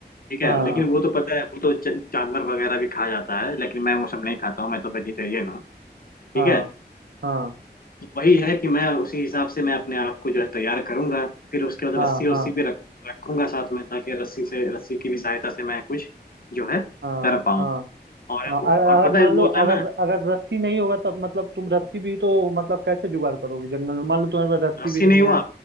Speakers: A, on the left (about 55°); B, on the right (about 85°).
A: ठीक है
B: हाँ
A: लेकिन वो तो पता है वो तो ज- जानवर वगैरह भी खा जाता है लेकिन मैं वो सब नहीं खाता हूँ मैं तो वेजिटेरियन हूँ ठीक
B: हाँ
A: है
B: हाँ
A: वही है कि मैं उसी हिसाब से मैं अपने आप को जो है तैयार करूंगा फिर उसके बाद
B: हाँ
A: रस्सी वस्सी
B: हाँ
A: भी रख रखूंगा साथ में ताकि रस्सी से रस्सी की भी सहायता से मैं कुछ जो है
B: हाँ
A: कर पाऊँ
B: हाँ
A: और
B: हाँ
A: और
B: अगर अगर
A: पता
B: मान
A: है वो
B: लो
A: होता है
B: अगर
A: ना
B: अगर रस्सी नहीं होगा तब मतलब तुम रस्सी भी तो मतलब कैसे जुगाड़ करोगे जंगल में मान लो तुम्हारे पास रस्सी
A: रस्सी
B: भी नहीं
A: नहीं
B: है
A: हुआ